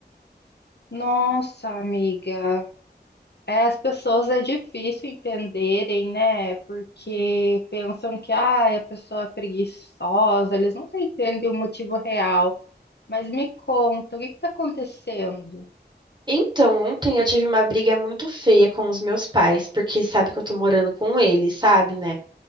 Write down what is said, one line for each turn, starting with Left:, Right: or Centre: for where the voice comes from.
Left: nossa, amiga, é, as pessoas é difícil entenderem, né? Porque pensam que ai, a pessoa é preguiçosa, eles nunca entendem o motivo real. Mas me conta, o que que tá acontecendo?
Right: Então, ontem eu tive uma briga muito feia com os meus pais, porque sabe que eu tô morando com eles, sabe, né?